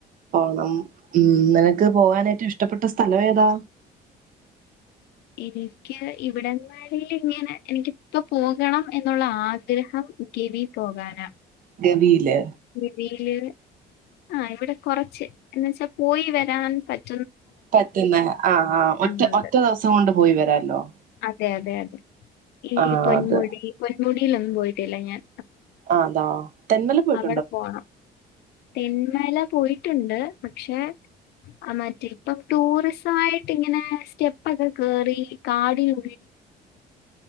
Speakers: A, on the right (about 55°); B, on the left (about 75°).
A: പോണം ഇന്നലെ നിക്ക് പോവാൻ ഏറ്റു ഇഷ്ടപ്പെട്ട സ്ഥലവേതാ
B: ഇനിക്ക് ഇവിടന്നാണേലിങ്ങനെ അലെങ്കി ഇപ്പപ്പോകണം എന്നുള്ള ആഗ്രഹം ത്തിവി പോകാന
A: ഗമിയില്
B: ഗവിയില് ആഹ് ഇവിടെ കൊറച്ച് എന്ന് വച്ചാ പോയി വരാൻ പറ്
A: പറ്റുന്ന ആഹ് ആഹ് ഒറ്റ
B: എന്നുണ്ട്
A: ഒറ്റദിവസം കൊണ്ട് പോയി വരാല്ലോ
B: അതെ അതെ അതെ ഈ
A: ആഹ്
B: പൊന്മുടി
A: അത്
B: പൊന്മുടീലൊന്നുമ്പോയിട്ട് ഇല്ല ഞാൻ
A: ആ അതാ തെന്മല പോയിട്ട
B: അങ്ങടെ പോണം തെന്മേല പോയിട്ടുണ്ട് പക്ഷെ മറ്റേ ഇപ്പം ടൂറിസമായിട്ട് ഇങ്ങനെ സ്റ്റെപ്പൊക്കെ കേറി കാടിലു